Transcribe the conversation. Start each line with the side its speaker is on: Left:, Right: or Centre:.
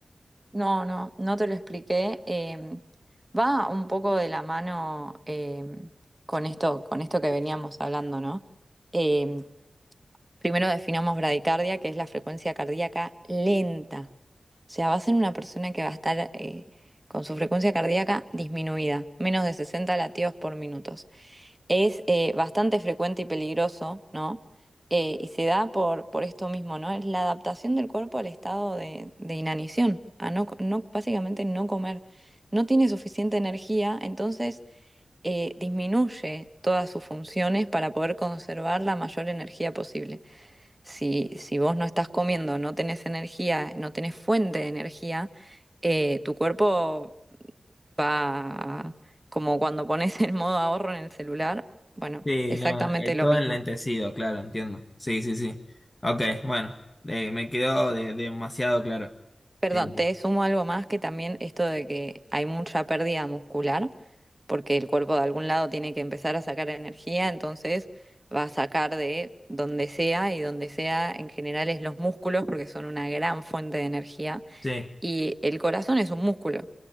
Right: No, no, no te lo expliqué. em, va un poco de la mano em, con esto, con esto que veníamos hablando, ¿no? Em, Primero definamos bradicardia, que es la frecuencia cardíaca lenta. O sea, va a una persona que va a estar eh, con su frecuencia cardíaca disminuida, menos de 60 latidos por minutos. Es eh, bastante frecuente y peligroso, ¿no? Eh, y se da por, por esto mismo, ¿no? Es la adaptación del cuerpo al estado de, de inanición, a no, co- no, básicamente no comer. No tiene suficiente energía, entonces eh, disminuye todas sus funciones para poder conservar la mayor energía posible. Si, si vos no estás comiendo, no tenés energía, no tenés fuente de energía, eh, tu cuerpo va a- como cuando pones el modo ahorro en el celular. Bueno,
Left: Sí,
Right: exactamente
Left: no, eh,
Right: lo
Left: todo
Right: mismo.
Left: enlentecido, claro, entiendo. Sí, sí, sí. Ok, bueno, eh, me quedó de- demasiado claro.
Right: Perdón,
Left: Eh,
Right: te sumo algo más que también esto de que hay mucha pérdida muscular, porque el cuerpo de algún lado tiene que empezar a sacar energía, entonces va a sacar de donde sea y donde sea en general es los músculos, porque son una gran fuente de energía.
Left: sí.
Right: Y el corazón es un músculo,